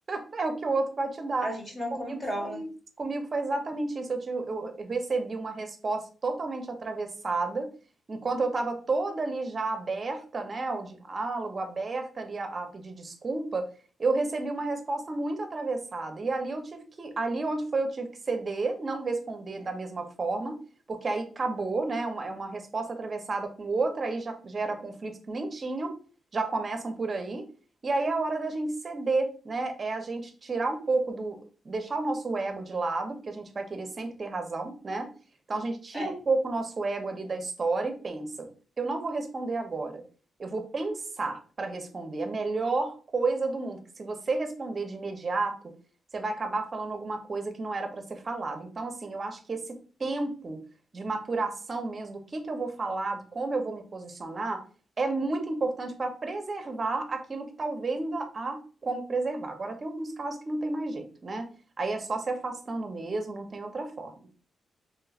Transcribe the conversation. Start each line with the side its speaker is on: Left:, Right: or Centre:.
Right: <laughs> É o que o outro vai te dar.
Left: A gente não
Right: Comigo
Left: controla.
Right: foi, comigo foi exatamente isso. Eu, tive- eu- eu recebi uma resposta totalmente atravessada, enquanto eu estava toda ali já aberta, né, ao diálogo, aberta ali a, a pedir desculpa, eu recebi uma resposta muito atravessada. E ali eu tive que, ali onde foi eu tive que ceder, não responder da mesma forma, porque aí acabou, né, é uma, é uma resposta atravessada com outra, aí já gera conflitos que nem tinham, já começam por aí. E aí é a hora da gente ceder, né? É a gente tirar um pouco do, deixar o nosso ego de lado, porque a gente vai querer sempre ter razão, né? Então a gente tira
Left: É,
Right: um pouco o nosso ego ali da história e pensa: eu não vou responder agora. Eu vou pensar para responder. É a melhor coisa do mundo, que se você responder de imediato, você vai acabar falando alguma coisa que não era para ser falado. Então, assim, eu acho que esse tempo de maturação mesmo, do que que eu vou falar, como eu vou me posicionar, é muito importante para preservar aquilo que talvez ainda há como preservar. Agora, tem alguns casos que não tem mais jeito, né? Aí é só se afastando mesmo, não tem outra forma,